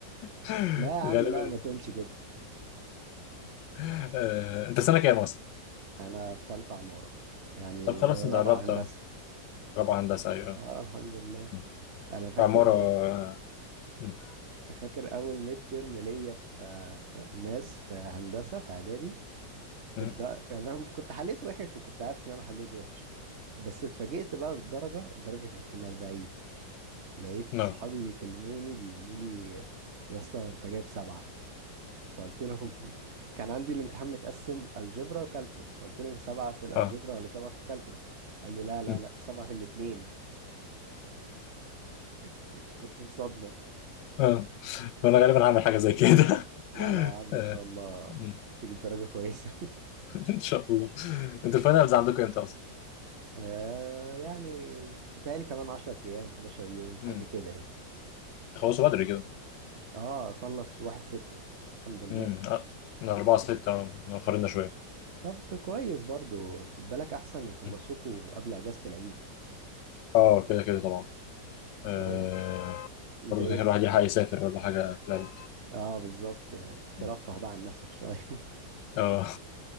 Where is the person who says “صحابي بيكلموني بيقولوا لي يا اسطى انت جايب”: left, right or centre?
Right